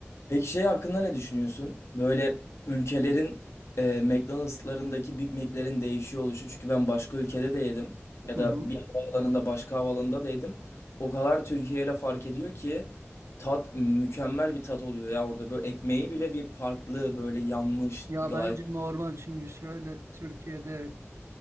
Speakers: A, on the left; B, on the right.
A: Peki şey hakkında ne düşünüyorsun? Böyle ülkelerin e, McDonald'slarındaki Big Mac'lerin değişiyor oluşu. Çünkü ben başka ülkede de yedim. Ya
B: Hı
A: da
B: hı.
A: bir havaalanında başka havaalanında da yedim. O kadar Türkiye ile fark ediyor ki tat mükemmel bir tat oluyor ya orada. Böyle ekmeği bile bir farklı böyle yanmış
B: Ya
A: gayet
B: bence normal çünkü şöyle Türkiye'de